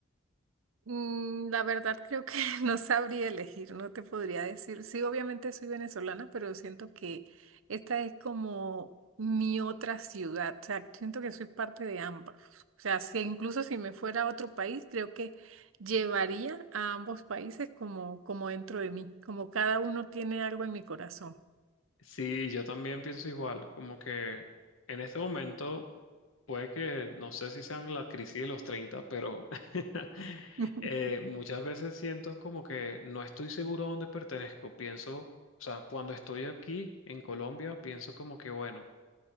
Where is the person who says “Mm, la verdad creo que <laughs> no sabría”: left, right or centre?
Right